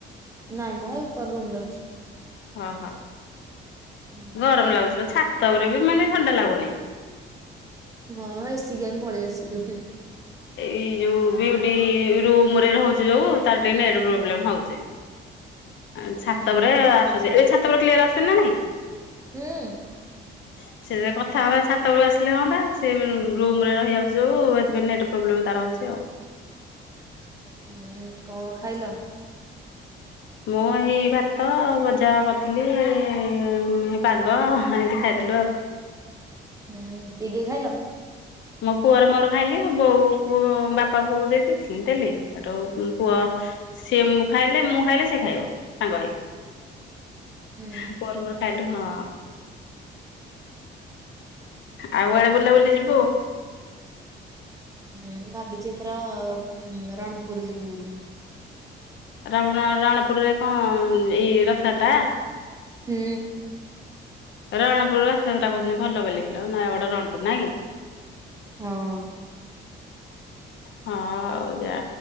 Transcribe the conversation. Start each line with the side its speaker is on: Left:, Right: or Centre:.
Right: ନାଇଁ ମ ଉପର ରୁମରେ ଅଛି।
Left: ଓହୋ
Right: ହୁଁ।
Left: ଗରମ ଲାଗୁଥିଲା ଛାତ ଉପରେ ବି ମାନେ ଥଣ୍ଡା ଲାଗୁନିଁ।
Right: ହଁ ଏସିକି ଆମେ ପଳେଇ ଆସିଲୁ।
Left: ଏଇ ଯୋଉ ବିୟୁଟି ରୁମରେ ରହୁଛି ଯୋଉ ତାର ଟିକେ ନେଟ୍ ପ୍ରୋବ୍ଲେମ ହଉଛି। ଆ ଛାତ
Right: ହୁଁ
Left: ପରେ ଆସୁଛି ଏଲେ ଛାତ ପରେ କ୍ଲିୟର ଆସୁନି ନା ନାଇଁ।
Right: ହୁଁ।
Left: ହ ସେ ଜାହା କଥା ହବା ଛାତଉପରୁ ଆସିଲେ ହଅନ୍ତା ସେ ରୁମରେ ରହିିଯାଉଚି ଯଉ ହେଥିପାଇଁ ନେଟ ପ୍ରୋବଲେମ ତାର ହଉଛି ଆଉ।
Right: ହୁଁ କଣ କଣ ଖାଇଲ?
Left: ମୁଁ ଏଇ ଭାତ ବଜା କରିଥିଲି ଇ ପାଗ ଇନ୍ତି ଖାଇଦେଲୁ ଆଉ।
Right: ହୁଁ କିଏ କିଏ ଖାଇଲ?
Left: ମୋ ପୁଅର ମୋର ଖାଇଲୁ ବୋଉ ବାପା କୁ ଦେଇ ଦେଇଥିଲି ଦେଲିନି। ହେଠୁ ମୋ ପୁଅ ସିଏ ମୁଁ ଖାଇଲେ ମୁଁ ଖାଇଲେ ସିଏ ଖାଇବ ସାଙ୍ଗ ହେଇକି
Right: ହୁଁ
Left: ପୁଅର ମୋର ଖାଇଲୁ ହଁ। ଆଉ କୁଆଡେ ବୁଲାବୁଲି ଯିବୁ?
Right: ହୁଁଁ ଭାବିଛି ଏଥର ରଣପୁର ଯିବି ବୋଲି।
Left: ରାବଣ ରଣପୁରରେ କଣ ଏଇ ରଥଯାତ୍ରା।
Right: ହୁଁ।
Left: ରଣପୁର ରଥଯାତ୍ରା କହୁଛନ୍ତି ଭଲ ବୋଲି କିଲୋ ନା ଗୋଟେ ରଣପୁର ନାଇଁ କି
Right: ହଁ।
Left: ହଁ ଆଉ ଜା।